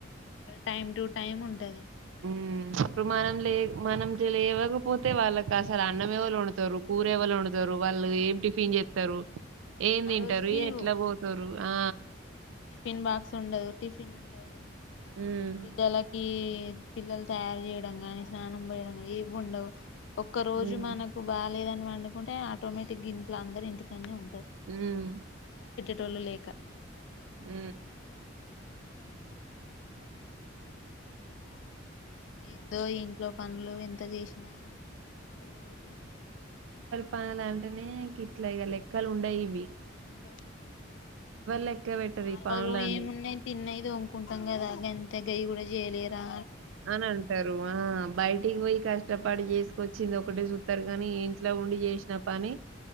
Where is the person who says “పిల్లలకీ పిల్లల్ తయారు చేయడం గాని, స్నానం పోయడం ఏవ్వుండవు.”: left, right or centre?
Left